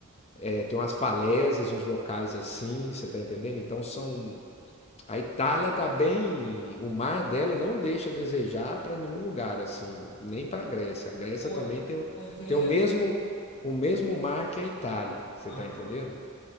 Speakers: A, on the left (about 30°); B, on the left (about 55°).
A: É, tem umas falésias, uns locais assim, você tá entendendo? Então são a Itália tá bem, o mar dela não deixa a desejar para nenhum lugar assim, nem para a Grécia. A Grécia
B: Ou
A: também
B: é,
A: tem, o-
B: ou inter-
A: tem o mesmo
B: é por-
A: o mesmo mar que a Itália, você
B: Aham.
A: tá entendendo?